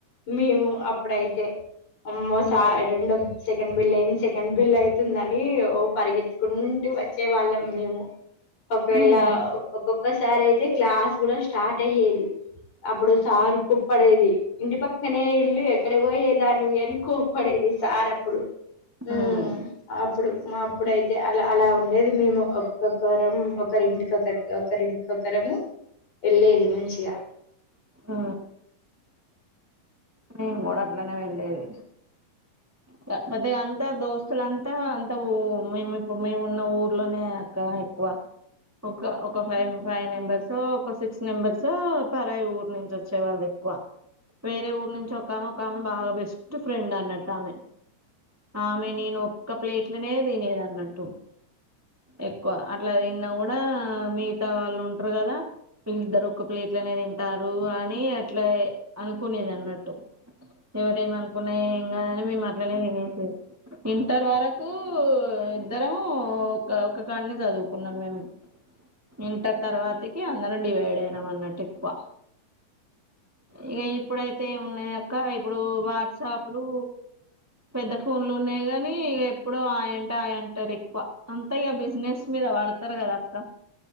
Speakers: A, on the left (about 55°); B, on the right (about 20°).
A: మేము అప్పుడైతే అమ్మో
B: ఉమ్,
A: రెండో సెకండ్ బిల్లయి సెకం బిల్ అయితుందని ఓ పరిగెత్తుకుంటూ వచ్చే వాళ్ళం మేము ఒకవేళ
B: ఉమ్,
A: ఒక్కొక్కసారి అయితే క్లాస్ కూడా స్టార్ట్ అయ్యేది అప్పుడు సారు కుప్పడేది ఇంటి పక్కనే ఇల్లు ఎక్కడ పోయే దానివి అని కోప్పడేది సార్ అప్పుడు ఊమ్
B: ఉమ్,
A: అప్పుడు మా అప్పుడైతే అల అలా ఉండేది మేము ఒక్కొక్కరం ఒకరి ఇంటికి ఒకరింటి ఒక్కొక్కరము వెళ్ళేది మంచిగా
B: ఆ నేను కూడా అట్లనే వెళ్లేది కాకపోతే అంతా దోస్తులంతా అంతా ఊ మేముప్పుడు మేము ఉన్న ఊర్లోనే అక్క ఎక్కువ ఒక ఒక ఫైవ్ ఫైవ్ నెంబర్స్ ఒక సిక్స్ నెంబర్సో పరాయి ఊర్ నుంచి వచ్చే వాళ్లు ఎక్కువ వేరే ఊరు నుంచి ఒక ఆమె ఒక ఆమె బాగా బెస్ట్ ఫ్రెండ్ అన్నట్టు ఆమె ఆమె నేను ఒక్క ప్లేట్లనే తినేది అన్నట్టు ఎక్కువ అట్లా తిన్న కూడా మిగతా వాళ్ళు ఉంటరు కదా వీళ్ళిద్దరు ఒక ప్లేట్లోనే తింటారు అని అట్లా అనుకునేది అన్నట్టు ఎవరు ఏమి అనుకున్న ఏం కాదని మేము అట్లనే తినేసేది ఇంటర్ వరకు ఇద్దరం ఒక ఒకకాన్నే చదువుకున్నాం మేము ఇంటర్ తర్వాతకి అందరం డివైడ్ అయినాం అన్నట్టు ఎక్కువ ఇగ ఇప్పుడైతే ఏమున్నయి అక్క ఇప్పుడు వాట్సాప్లు పెద్ద ఫోన్లు ఉన్నాయి గానీ ఎప్పుడో హాయ్ అంటే హాయ్ అంటారు ఎక్కువ అంతా ఇగ బిజినెస్ మీద వాడ ఉంటరు కదా అక్క